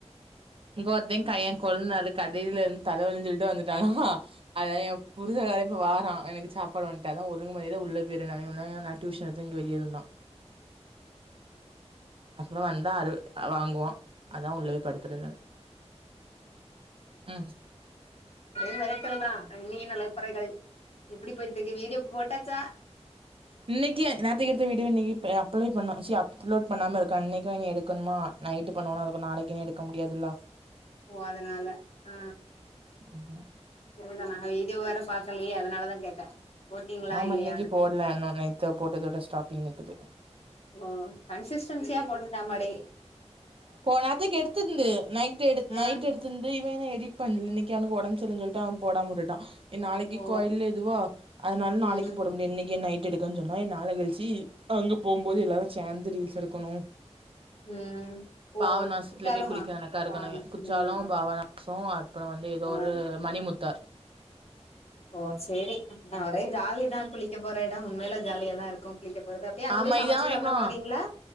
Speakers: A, on the right; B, on the left.
A: இங்க ஒருத்தைங் கைய கொழ்னாரு கடைல இருந் தலவலின் சொல்ட்டு வந்துட்டானா அதா எ புருச கார இப்ப வாரா எனக்கு சாப்பாடு வாய்ங்ட்டு அத்தா ஒரு ஒழுங்கு மரியாதையா உள்ள பேய்ரு நாங்கனா நா டியூஷன்ல தூங்கி வெளிய இருந்தா அப்புறோ வந்தாரு வாங்குவோ அத்தா உள்ளவே படுத்துருக்காங் ம்
B: ஒரே நெரத்தல்தா நீர் நிலப்பறைகள் எப்டி போய்ட்ருக்கு வீடியோ போட்டாச்சா
A: இன்னிக்கே நேத்துக்கெடுத்த வீடியோ இன்னிக்கு இப்பயா அப்ளை பண்ணு சி அப்லோட் பண்ணாம இருக்கா இன்னிக்கு வேர நீ எடுக்கணுமா நைட்டு பண்ணுவானா அதுக்கு நாளைக்குனே எடுக்க முடியாதுல்லா
B: ஓ அதனால ஆ
A: ம்ஹூம்
B: செரிதா நாங்க வீடியோ வேற பாக்கலையே அதனாலதா கேட்டே போட்டீங்களா
A: ஆமா
B: இல்லையான்னு
A: இன்னிக்கி போட்ல இன்னு நேத்து போட்டதோட ஸ்டாப்பிங் நிக்குது
B: ஓ கன்சிஸ்டன்சியா போட்ணுன்டாமடே
A: போ நேர்த்துக்கு எடுத்துக்குந்து நைட்டு எடுத் நைட்
B: ஆ
A: எடுத்துந்து இவ என்ன எடிட் பண்ல இன்னிக்கி அவனுகு ஒடம்செரிலன் சொல்ட்டு அவ போடாம உட்டுட்டா நாளைக்கி
B: ஓ
A: கோயில் எதுவோ அதனால நாளைக்கு
B: ம்
A: போட முடியு இன்னிக்கு நைட் எடுக்கன் சொன்னா நாளகழ்ச்சி அங்கு போம்போது எல்லாரு சேந்து ரீல்ஸ் எடுக்கணு
B: ம்
A: பாவநாஸ்துல
B: ஓ குற்றாலமா
A: போய் குளிக்க கணக்காருகு
B: வாங்க
A: என்னங்க குச்சாலு
B: ம்
A: பாவ சோ அப்றோ வந்து எதோ
B: ஆ
A: ஒரு மணிமுத்தார்
B: ஓ சேரி நா ஒரே ஜாலிதா குளிக்க போற எடோ உண்மைல ஜாலியாதா இருக்கு குளிக்க போறது அப்டியே அங்க
A: ஆமா
B: போய் சமச்சு
A: இதா
B: சாப்பட
A: எவ்ளோ
B: போறீங்ளா